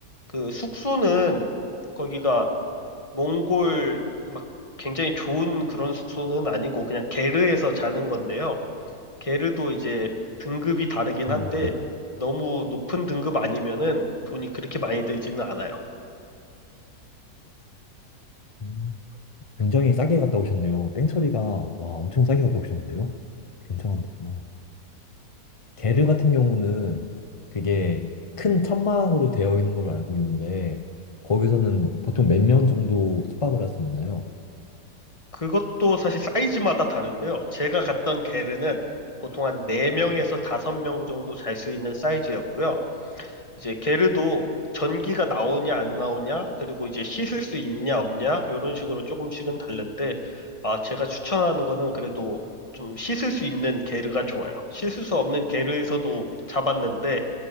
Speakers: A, on the left; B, on the left.
A: 그 숙소는 거기가 몽골 막 굉장히 좋은 그런 숙소는 아니고 그냥 게르에서 자는 건데요. 게르도 이제 등급이 다르긴 한데
B: 음, 네.
A: 너무 높은 등급 아니면은 돈이 그렇게 많이 들지는 않아요.
B: 음, 굉장히 싸게 갔다 오셨네요. 땡처리가 와 엄청 싸게 갔다 오셨는데요? 굉장하구나. 게르
A: 네, 뭐
B: 같은 경우는 그게 큰 천막으로 되어 있는 걸로 알고 있는데 거기서는 보통 몇 명 정도 숙박을 할 수 있나요?
A: 그것도 사실 사이즈마다 다른데요. 제가 갔던 게르는 보통 한 4명에서 5명 정도 잘 수 있는 사이즈였고요. 이제 게르도 전기가 나오냐 안 나오냐, 그리고 이제 씻을 수 있냐 없냐, 이런 식으로 조금씩은 다른데, 아, 제가 추천하는 거는 그래도 좀 씻을 수 있는 게르가 좋아요. 씻을 수 없는 게르에서도 잡았는데,